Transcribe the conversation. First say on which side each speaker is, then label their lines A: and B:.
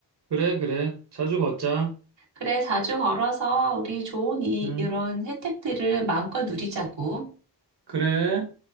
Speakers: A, on the right (about 60°); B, on the right (about 85°).
A: 그래, 그래. 자주 걷자.
B: 그래, 자주 걸어서 우리 좋은 이,
A: 응,
B: 이런 혜택들을 마음껏 누리자고.
A: 그래.